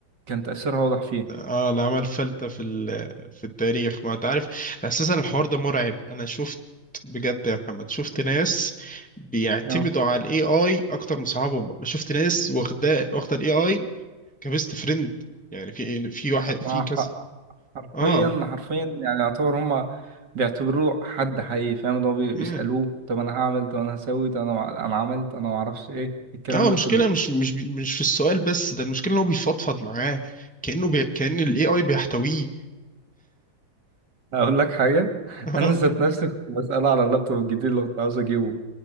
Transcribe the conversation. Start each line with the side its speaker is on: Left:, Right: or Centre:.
Right: كان تأثيرها واضح فيه
Centre: اه اللي عمل فلتة في ال- في التاريخ ما انت عارف اساسا الحوار ده مرعب انا شفت بجد يا محمد شفت ناس بيعتمدوا
Right: اه
Centre: على الاي اي اكتر من صحابهم انا شفت ناس واخده واخده الاي اي كبيست فريند يعني في في واحد
Right: ما
Centre: في
Right: هو
Centre: كذا
Right: ح- حرفيا
Centre: اه
Right: حرفيا يعني يعتبر هما بيعتبروه حد حقيقي فاهم اللي هو بي- بيسألوه
Centre: امم
Right: طب انا هعمل طب انا هسوي طب انا انا عملت انا معرفش ايه الكلام
Centre: اه المشكله
Right: ده كله
Centre: مش مش بي- مش في السؤال بس ده المشكله ان هو بيفضفض معاه كانه بي... كان الاي اي بيحتويه
Right: اقول لك حاجه
Centre: <laughs>
Right: انا ذات
Centre: اه
Right: نفسي كنت بساله على اللابتوب الجديد اللي كنت عاوز اجيبه